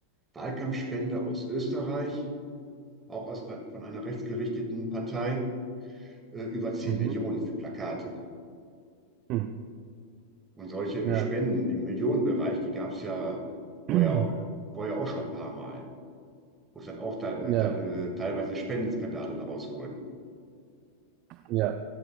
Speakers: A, on the right; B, on the right.
A: Wahlkampfspende aus Österreich, auch aus, von einer rechtsgerichteten Partei, äh, über zehn
B: Mhm.
A: Millionen für Plakate.
B: Hm.
A: Und solche
B: Ja.
A: Spenden im Millionenbereich, die gab es ja vorher,
B: <clears throat>
A: vorher auch schon ein paar Mal, wo es dann auch te äh,
B: Ja.
A: te äh, teilweise Spendenskandale daraus wurden.
B: Ja.